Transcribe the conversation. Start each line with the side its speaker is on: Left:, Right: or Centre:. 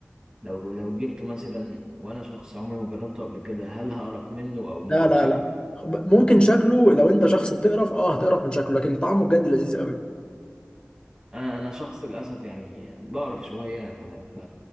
Right: لو لو جبته مثلا وانا شخص عمري ما جربته قبل كده هل هقرف منه او من
Left: لا لا
Right: شكله
Left: لا خب- ممكن شكله لو انت شخص بتقرف اه هتقرف من شكله لكن طعمه بجد لذيذ قوي
Right: انا أنا شخص للاسف يعني بقرف شويه فلا ف...